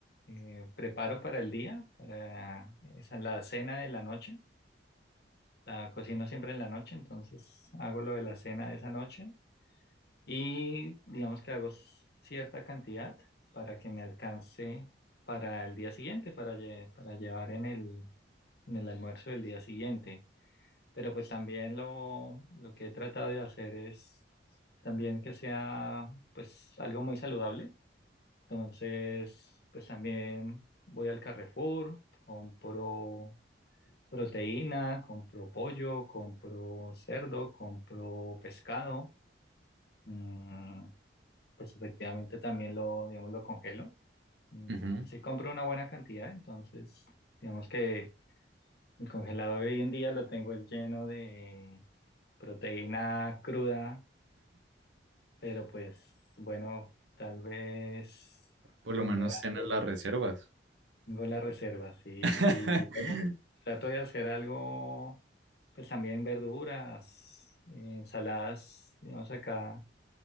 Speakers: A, on the left; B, on the right.
A: eh, preparo para el día, para esa, la cena de la noche. La cocino siempre en la noche, entonces hago lo de la cena de esa noche y digamos que hago s- cierta cantidad para que me alcance para el día siguiente, para, lle- para llevar en el, en el almuerzo del día siguiente. Pero pues también lo, lo que he tratado de hacer es también que sea pues algo muy saludable. Entonces, pues también voy al Carrefour, compro proteína, compro pollo, compro cerdo, compro pescado. Mm, pues efectivamente también lo, digamos, lo congelo. Mm,
B: Ujú.
A: sí compro una buena cantidad, entonces digamos que el congelador hoy en día lo tengo lleno de proteína cruda, pero pues bueno, tal vez
B: Por lo
A: tener
B: menos
A: algo,
B: tienes las reservas.
A: tengo las reservas y,
B: <laughs>
A: y bueno, trato de hacer algo, pues también verduras, eh, ensaladas, digamos acá